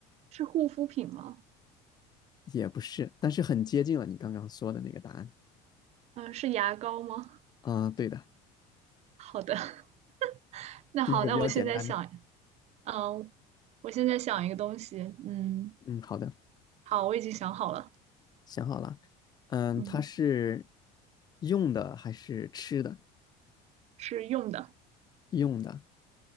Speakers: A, on the right (about 45°); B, on the left (about 25°).
A: 是护肤品吗？
B: 也不是，但是很接近了你刚刚说的那个答案，
A: 嗯、是牙膏吗？
B: 啊，对的，
A: 好的，<laughs> 那好，
B: 第一个比较简单，
A: 那我现在想，嗯、我现在想一个东西，嗯，
B: 嗯，好的，
A: 好，我已经想好了，
B: 想好了，嗯，
A: 嗯，
B: 它是用的还是吃的？
A: 是用的，
B: 用的，